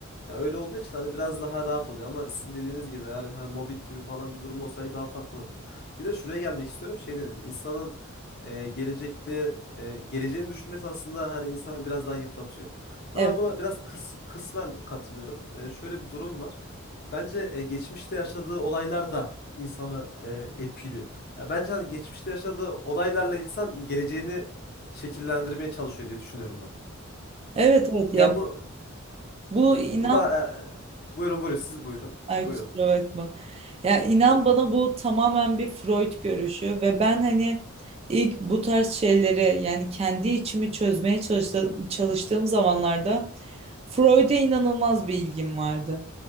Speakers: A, on the left (about 45°); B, on the right (about 30°).
A: Ya öyle olduğu için hani biraz daha rahat oluyor ama sizin dediğiniz gibi eğer hani mobbing gibi falan bir durum olsaydı daha farklı olurdu. Bir de şuraya gelmek istiyorum. Şey dediniz. insanın e, gelecekte e, geleceğini düşünmesi aslında hani insanı biraz daha yıpratıyor. Ama
B: Evet,
A: ben buna biraz kıs- kısmen katılıyorum. Ee, şöyle bir durum var. Bence e, geçmişte yaşadığı olaylar da insanı e, etkiliyor. Ya bence hani geçmişte yaşadığı olaylarla insan geleceğini şekillendirmeye çalışıyor diye düşünüyorum ben.
B: evet, evet ya
A: Ya bu
B: bu inan
A: bu da e, buyurun buyurun siz buyurun.
B: Ay
A: Buyurun.
B: kusura bakma. Ya inan bana bu tamamen bir Freud görüşü ve ben hani ilk bu tarz şeyleri yani kendi içimi çözmeye çalıştığım, çalıştığım zamanlarda Freud'e inanılmaz bir ilgim vardı.